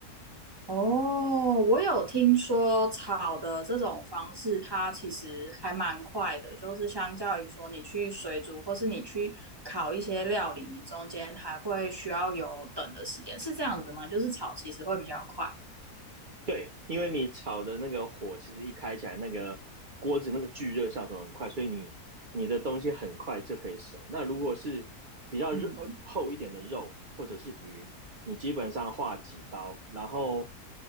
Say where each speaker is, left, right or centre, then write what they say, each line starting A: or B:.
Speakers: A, on the right; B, on the right.
A: 哦，我有听说炒的这种方式，它其实还蛮快的，就是相较于说你去水煮或是你去烤一些料理，你中间还会需要有等的时间，是这样子吗？就是炒其实会比较快。
B: 对，因为你炒的那个火其实一开起来，那个锅子那个聚热效果很快，所以你你的东西很快就可以熟。那如果是比较肉厚一点的肉或者是鱼，
A: 嗯，
B: 你基本上划几刀，然后